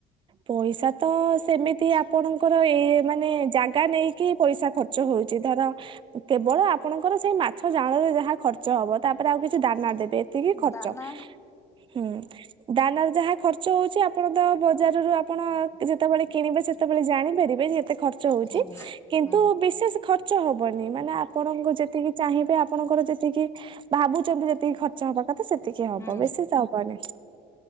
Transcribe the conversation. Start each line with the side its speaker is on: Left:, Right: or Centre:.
Right: ପଇସା ତ ସେମିତି ଆପଣଙ୍କର ଏ ମାନେ ଜାଗା ନେଇକି ପଇସା ଖର୍ଚ୍ଚ। ହଉଛି, ଧର କେବଳ ଆପଣଙ୍କର ସେଇ ମାଛ ଚାଳରେ ଯାହା ଖର୍ଚ୍ଚ ହବ, ତାପରେ ଆଉ କିଛି ଦାନା ଦେବେ, ଏତିକି ଖର୍ଚ୍ଚ।
Left: ଦାନା
Right: ହୁଁ ଦାନାର ଯାହା ଖର୍ଚ୍ଚ ହଉଛି, ଆପଣ ତ ବଜାରରୁ ଆପଣ ଯେତେବେଳେ କିଣିବେ, ସେତେବେଳେ ଜାଣିପାରିବେ ଯେ ଏତେ ଖର୍ଚ୍ଚ ହଉଛି,
Left: ହଁ।
Right: କିନ୍ତୁ
Left: ହଁ
Right: ବିଶେଷ ଖ ର୍ଚ୍ଚ ହବନି, ମାନେ ଆପଣଙ୍କୁ ଯେତିକି ଚାହିଁବେ ଆପଣଙ୍କର ଯେତିକି ଭାବୁଛନ୍ତି ଯେତିକି ଖର୍ଚ୍ଚ ହବା କଥା ସେତିକି ହବ,
Left: ହୁଁ
Right: ବେଶି ତ ହବନି।